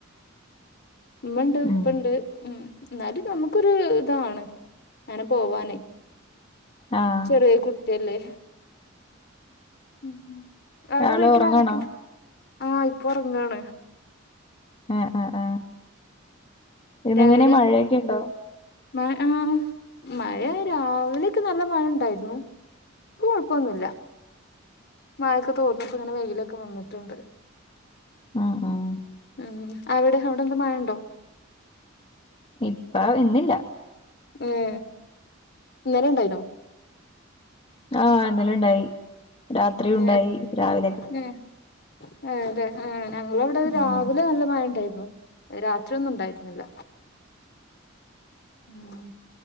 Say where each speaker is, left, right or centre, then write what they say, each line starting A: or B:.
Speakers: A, on the left; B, on the left.
A: ഉമ്മണ്ട് ഉപ്പണ്ട്-
B: ഉം
A: ന്നാലും നമുക്കൊരുതാണ് അങ്ങനെ പോവാനെ-
B: ആഹ്
A: ചെറിയ കുട്ടിയല്ലേ. ഉം അവിടെ
B: ആള്
A: വീട്ടിലാരെക്കെ
B: ഉറങ്ങാണോ
A: ആഹ് ഇപ്പൊ ഒറങ്ങാണ്-
B: ആഹ് ആഹ് ആഹ് പിന്നെങ്ങനെ
A: രാവിലെ
B: മഴയൊക്കെ ഇണ്ടോ?
A: മ ആ മഴ രാവിലെയൊക്കെ നല്ല മഴ ഉണ്ടായിരുന്നു. ക്ക് കൊഴപ്പം ഒന്നുല്ല. മായയൊക്കെ തോർന്നിട്ട് ഇങ്ങനെ വെയിലൊക്കെ വന്നിട്ടുണ്ട്
B: ആഹ് ആഹ് -
A: ഉം അവിടെ അവിടെ എന്ത മഴണ്ടോ?
B: ഇപ്പ ഇന്നില്ല-
A: ഏ ഇന്നലെ ഉണ്ടായിന്നോ?
B: ആ ഇന്നലെ ഇണ്ടായി രാത്രി ഉണ്ടായി
A: ഏഹ്
B: രാവി
A: <unintelligible> അതെ ഞങ്ങളവ്ടെ
B: ഉം
A: രാവിലെ നല്ല മഴയുണ്ടായിരുന്നു. രാത്രി ഒന്നും ഉണ്ടായിരുന്നില്ല. ഉം